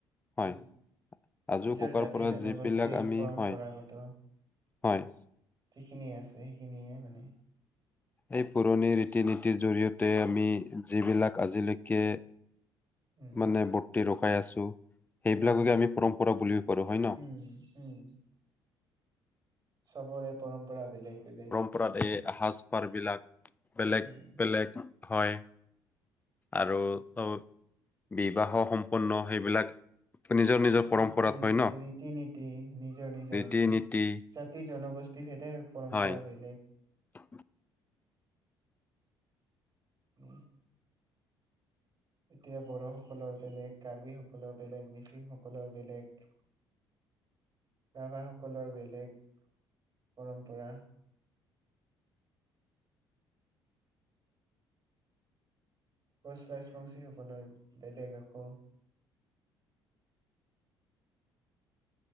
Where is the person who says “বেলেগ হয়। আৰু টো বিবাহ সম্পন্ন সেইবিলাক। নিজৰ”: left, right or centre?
Left